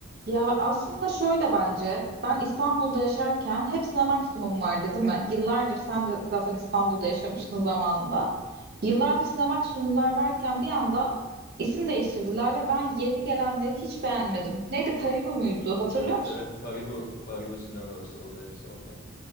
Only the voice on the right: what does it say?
Ya aslında şöyle bence ben İstanbul'da yaşarken hepsine maksimum vardı değil mi? Yıllardır sen de zaten İstanbul'da yaşamıştın zamanında. Yıllardır size maksimumlar varken bir anda isim değiştirdiler ve ben yeni gelenleri hiç beğenmedim. Neydi Paribu muydu hatırlıyor
musun?